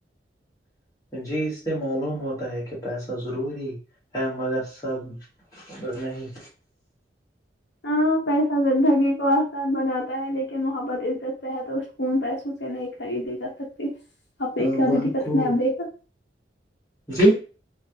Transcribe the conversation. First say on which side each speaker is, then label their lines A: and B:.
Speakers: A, on the left; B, on the left.
A: جی اس سے معلوم ہوتا ہے کہ پیسہ ضروری ہے مگر سب نہیں
B: ہاں پیسہ زندگی کو آسان بناتا ہے لیکن محبت عزت صحت اور سکون پیسوں سے نہیں خریدی جا سکتی آپ
A: آ،
B: نے آلیا
A: بہت
B: دی کا
A: خوب
B: سنیپ دیکھا
A: جی